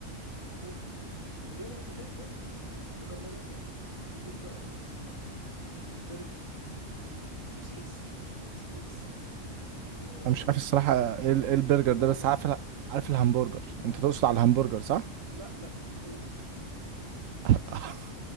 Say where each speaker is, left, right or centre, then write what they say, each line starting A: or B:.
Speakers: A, on the right (about 25°); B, on the right (about 80°).
A: يوم في البيت اليوم اللي في البيت ده مجمدات بقى نجيب بقى برجر سوسيس ستريبس آه،
B: انا مش عارف الصراحه ايه ال- إيه البرجر
A: نجيب مكرونة
B: ده بس عارف ال- عارف الهمبرجر انت تقصد على الهمبرجر صح
A: لا لا برجر
B: <laughs>